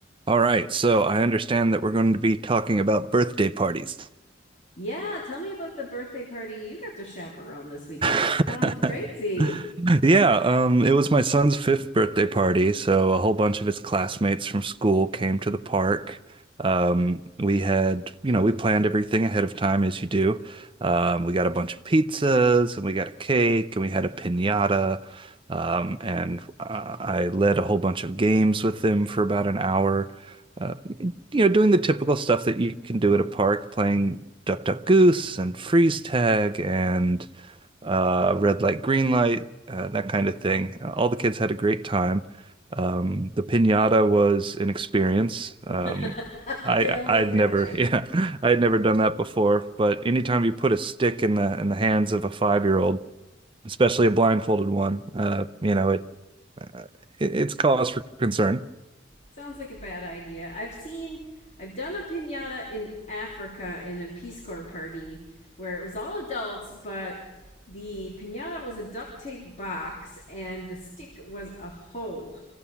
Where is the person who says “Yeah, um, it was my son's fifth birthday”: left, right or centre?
Right